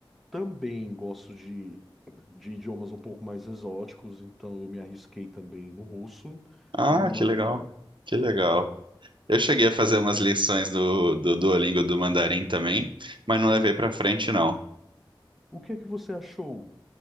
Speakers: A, in the centre; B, on the right.
A: Também gosto de, de idiomas um pouco mais exóticos, então eu me arrisquei também no russo
B: Ah,
A: e no
B: que
A: mandarim.
B: legal, que legal. Eu cheguei a fazer umas lições do, do Duolingo do Mandarim também, mas não
A: Uhum.
B: levei para frente, não.
A: O que é que você achou?